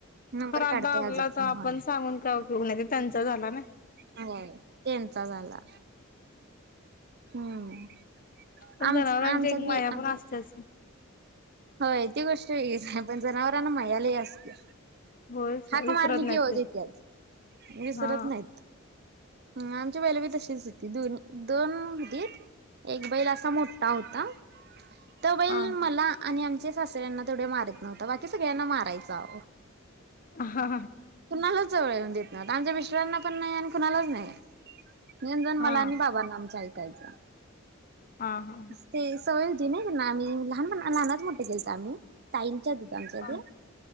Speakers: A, on the right; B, on the left.
A: नंबर
B: तर आता
A: काढतय
B: आपला
A: अजून
B: तर
A: पण
B: आपण
A: होय
B: सांगून काय उपयोग नाही, तो त्यांचा झाला ना.
A: होय, त्यांचा झाला. हम्म.
B: पण
A: आमच
B: जनावरांची
A: आमच्यात
B: एक
A: बी
B: माया
A: आमच्या
B: पण असतेच.
A: होय ती गोष्ट वेगळीच हाय, पण जनावरांना माया लई असतेय.
B: होयच
A: हाक
B: विसरत
A: मारली
B: नाहीत
A: की ओ
B: ते
A: देतायेत. विसरत
B: हा
A: नाहीत. हम्म आमचे बैल बी तशेच हायेत की, दो-दोन धीट एक बैल असा मोठ्ठा होता. तर
B: आ
A: मला आणि आमच्या सासऱ्यांना तेवढे मारत नव्हता, बाकी सगळ्यांना मारायचा ओ.
B: हा.
A: कुणालाच जवळ येऊ देत नव्हता. आमच्या मिस्टरांना पण नाही आणि कुणालाच नाही. येऊन जाऊन
B: हा
A: मला आणि बाबांना आमच्या ऐकायचा.
B: आ हा.
A: ते सवय होती नाही त्यांना, आम्ही लहानपण-लहानाच मोठ्ठ केळतं ना आम्ही. ताईंच्यात होतं आमच्या ते,
B: हा